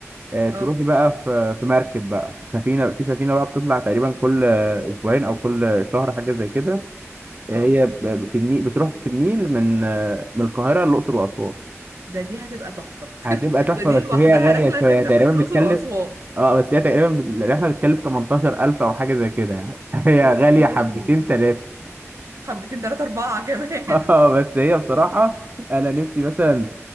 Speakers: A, on the right; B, on the right.
A: آه،
B: اه
A: تروحي بقى في في مركب بقى في سفينة في سفينة بقى بتطلع تقريبا كل آه، أسبوعين أو كل شهر حاجة زي كده
B: اه
A: آه، هي ب- في النيل بتروح في النيل من آه، من القاهرة للأقصر وأسوان
B: ده دي هتبقى تحفه
A: هتبقى
B: <laughs>
A: تحفة
B: ده دي
A: بس
B: لوحدها
A: هي غالية
B: رحله
A: شوية
B: غير
A: تقريبا
B: رحله الاقصر
A: بتكلف
B: واسوان
A: اه بس هي تقريبا بت- الرحلة بتكلف 18000 أو حاجة زي كده يعني <laughs> هي
B: اوف
A: غالية
B: يا
A: حبتين
B: لهوي
A: تلاتة
B: حبتين تلاتة أربعة كمان
A: <laughs> اه
B: <laughs>
A: بس هي بصراحة أنا نفسي مثلا